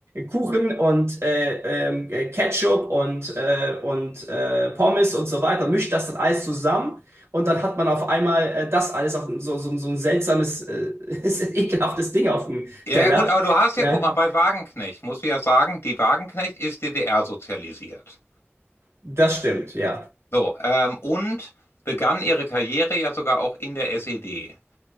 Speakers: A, on the right; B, on the left.
A: Kuchen und äh, ähm, äh, Ketchup und, äh, und äh, Pommes und so weiter, mischt das dann alles zusammen und dann hat man auf einmal äh, das alles auf so, so, so ein seltsames, äh, <laughs> ekelhaftes Ding auf dem
B: Ja,
A: Teller.
B: ja, gut, aber du hast
A: Ja,
B: ja, guck mal, bei Wagenknecht, muss ich ja sagen, die Wagenknecht ist DDR-sozialisiert.
A: das stimmt, ja.
B: So, ähm, und begann ihre Karriere ja sogar auch in der SED.